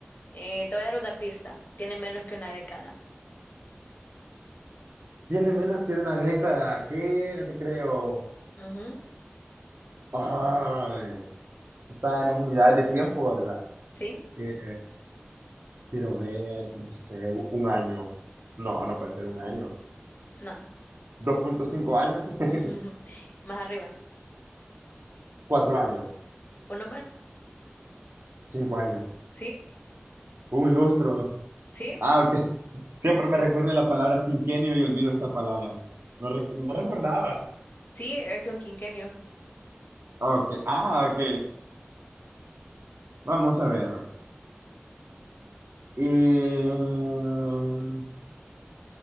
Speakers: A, on the left; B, on the right.
A: Eh, te voy a dar una pista. Tiene menos que una década.
B: Tiene menos que una década. ¿Qué? No te creo.
A: Ujú.
B: Ay, se está en las unidades de tiempo, ¿verdad?
A: ¿Sí?
B: Eh, quiero ver, no sé, u- un año. No, no puede ser un año.
A: No.
B: dos punto cinco años, <laughs>
A: <laughs> Más arriba.
B: 4 años,
A: ¿Uno más?
B: 5 años,
A: Sí,
B: un lustro.
A: sí,
B: Ah, ok. Siempre me recuerdo de la palabra quinquenio y olvido esa palabra. No, rec- no recordaba.
A: sí, es un quinquenio.
B: Ok, ah, ok. Vamos a ver. Eh, una